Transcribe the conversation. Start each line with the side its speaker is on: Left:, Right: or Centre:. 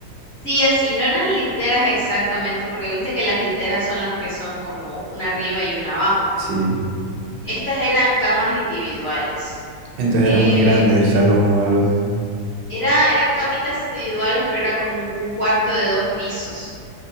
Left: Sí, así, no eran literas exactamente, porque viste que las literas son las que son como una arriba y una abajo.
Right: Sí.
Left: Estas eran camas individuales.
Right: Entonces
Left: Eh,
Right: era muy grande el salón o algo así.
Left: era, eran camitas individuales, pero era como un un cuarto de dos pisos.